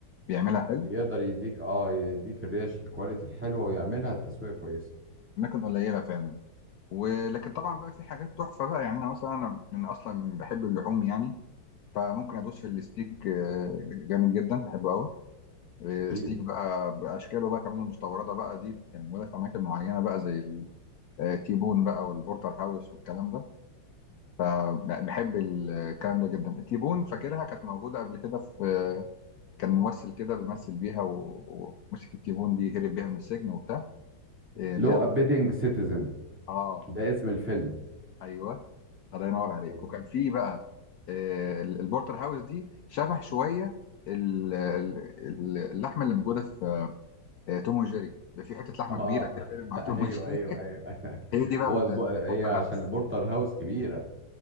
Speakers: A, on the left (about 80°); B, in the centre.
A: بيعملها حلو
B: يقدر يديك اه يديك الريش الكواليتي الحلوه ويعملها التسويق كويسه
A: اماكن قليله فعلا ولكن طبعا بقى في حاجات تحفه بقى يعني انا مثلا انا من اصلا بحب اللحوم يعني فممكن ادوس في الستيك آه، جامد جدا بحبه قوي آه،
B: اكيد
A: ستيك بقى باشكاله بقى كمان المستورده بقى دي يعني موجوده في اماكن معينه بقى زي آه، تيبون بقى والبورتر هاوس والكلام ده آه، بحب الكلام ده جدا تيبون فاكرها كانت موجودة قبل كده في آه، كان ممثل كده بيمثل بيها و- ومسك التيبون دي هرب بيها من السجن وبتاع آه، اللي
B: لو
A: هي
B: ابيدنج
A: ال-
B: سيتيزن
A: اه
B: ده اسم الفيلم
A: ايوه الله ينور عليك
B: طيب.
A: وكان في بقى آه، ال- البورتر هاوس دي شبه شوية ال- ال- ال- اللحمة اللي موجودة في آه، توم وجيري ده في حتة لحمة
B: اه
A: كبيرة كده دايما
B: <laughs>
A: مع
B: ايوه
A: توم وجيري
B: ايوه
A: <laughs>
B: ايوه <laughs>
A: هي دي بقى
B: هو
A: ال-
B: الب... هي
A: البورتر
B: عشان
A: هاوس
B: البورتر هاوس كبيره